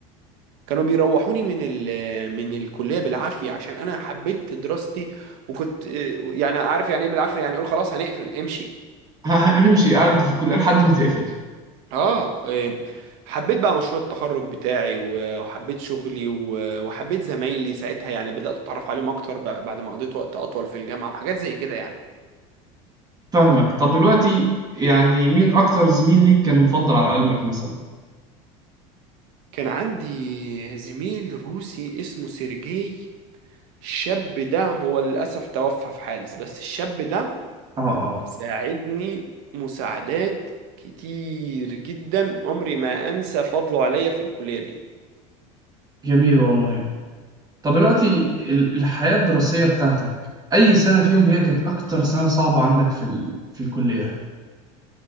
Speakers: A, on the right; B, on the right.
A: كانوا بيروحوني من ال من الكلية بالعافية عشان انا حبيت دراستي وكنت إيه، يعني عارف يعني ايه بالعافية يعني اقول خلاص هنقفل امشي
B: <laughs> امشي قاعد في الكلية لحد ما تقفل
A: اه إيه، حبيت بقى مشروع التخرج بتاعي و- وحبيت شغلي و- وحبيت زمايلي ساعتها يعني بدأت اتعرف عليهم اكتر بقى بعد ما قضيت وقت اطول في الجامعة وحاجات زي كده يعني
B: فاهمك طب دلوقتي يعني مين أكتر زميل ليك كان مفضل على قلبك مثلا
A: كان عندي زميل روسي اسمه سيرجي الشاب ده هو للأسف توفى في حادث بس الشاب ده
B: اه اه
A: ساعدني مساعدات كتير جدا عمري ما انسى فضله عليا في الكلية دي
B: جميل والله طب دلوقتي ال- الحياة الدراسية بتاعتك أي سنة فيهم هي كانت أكتر سنة صعبة عندك في ال... في الكلية؟